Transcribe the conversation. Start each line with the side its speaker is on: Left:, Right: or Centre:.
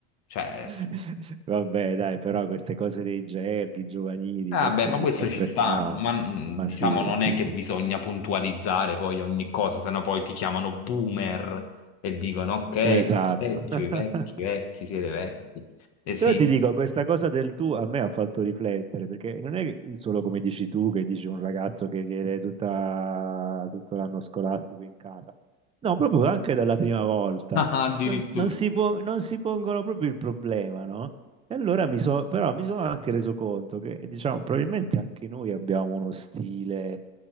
Left: Cioè,
Right: <laughs> Vabbè, dai, però queste cose dei gerghi giovanili,
Left: ah
Right: questo
Left: beh, ma
Right: c'è
Left: questo
Right: sempre
Left: ci stanno,
Right: stato.
Left: ma mm,
Right: Ma
Left: diciamo
Right: sì,
Left: non
Right: sì,
Left: è che
Right: sì.
Left: bisogna puntualizzare poi ogni cosa, sennò poi ti chiamano boomer e dicono, ok,
Right: Esatto.
Left: vecchio,
Right: <laughs>
Left: i vecchi, i vecchi, siete vecchi. E sì,
Right: Però ti dico, questa cosa del tu a me ha fatto riflettere, perché non è solo come dici tu, che dici un ragazzo che viene tutta, tutto l'anno scolastico in casa, no, proprio anche dalla prima volta.
Left: <laughs> ah, addirittura.
Right: Non, non si po- non si pongono proprio il problema, no? E allora mi sono, però mi sono anche reso conto che, diciamo, probabilmente anche noi abbiamo uno stile,